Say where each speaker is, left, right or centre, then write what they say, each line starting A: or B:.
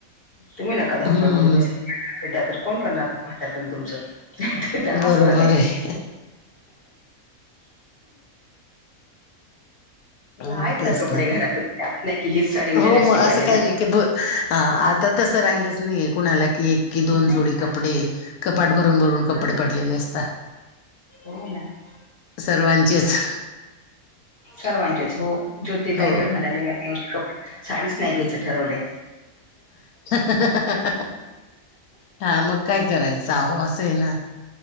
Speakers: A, on the left (about 45°); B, on the left (about 75°).
A: तुम्ही नका धवपळ
B: हम्म
A: करू बसा <unintelligible> तर कोण करणार म्हातारपण तुमचं त्या हसत
B: बरोबर
A: होत्या.
B: आहे अं,
A: नाहीत
B: तेच
A: ना कपडे घरात
B: ते
A: त्यात नाय की हीच साडी उद्या
B: हो
A: नेसली
B: मग असं
A: पाहिजे ना
B: काही नाही की ब अह आता तसं राहीलच नाहीये कोणाला की एक की दोन
A: नाही
B: जोडी
A: ना
B: क पडे कपाट भरून भरून कपडे
A: नाही
B: पडलेले असता.
A: हो ना
B: सर्वांचेच
A: सर्वांचेच हो ज्योती
B: हो.
A: ताई तर म्हणायले बाई साडीच नाही घ्यायचं ठरवलंय.
B: ह..... हा मग काय करायचं अहो असं आहे ना.